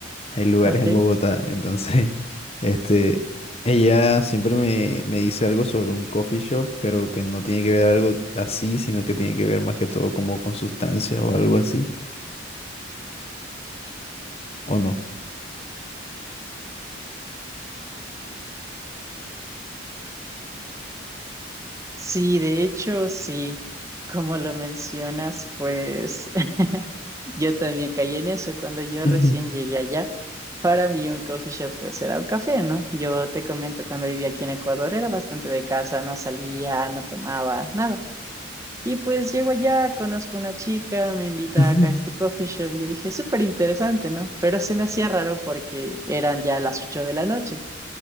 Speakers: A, on the left; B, on the right.
A: Hay lugares
B: Ok.
A: en Bogotá, entonces, <laughs> este, ella siempre me, me dice algo sobre un coffee shop, pero que no tiene que ver algo así, sino que tiene que ver más que todo como con sustancias o algo así, ¿o no?
B: Sí, de hecho, sí, como lo mencionas, pues <laughs> yo también caí en eso cuando yo
A: <laughs>
B: recién llegué allá. Para mí un coffee shop pues era un café, ¿no? Yo te comento, cuando vivía aquí en Ecuador era bastante de casa, no salía, no tomaba, nada. Y pues llego allá, conozco una chica, me invita
A: Ujú.
B: acá a este coffee shop y yo dije, súper interesante, ¿no? Pero se me hacía raro porque eran ya las 8 de la noche.